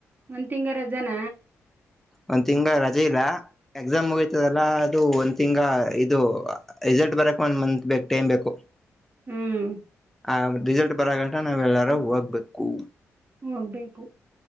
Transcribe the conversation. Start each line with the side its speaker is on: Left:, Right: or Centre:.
Right: ಒಂದ್ ತಿಂಗರ ಜನ
Centre: ಒಂದ್ ತಿಂಗ ರಜೆ ಇಲ್ಲ ಎಕ್ಸಾಮ್ ಮುಗತದಲ್ಲ ಅದು ಂಗ ಇದು ರೆಿಸಲ್ಟ್ ಬರಕ್ ಒಂದ್ ಮಂತ್ ಬಕ್ ಟೈಮ್ ಬೇಕು
Right: ಹ್ಮ್
Centre: ಆ ರಿಸಲ್ಟ್ ಬರಾಗಂಟ ನಾವೆಲ್ಲರೂ ಹೋಗ್ಬೇಕು
Right: ಹೋಗ್ಬೇಕು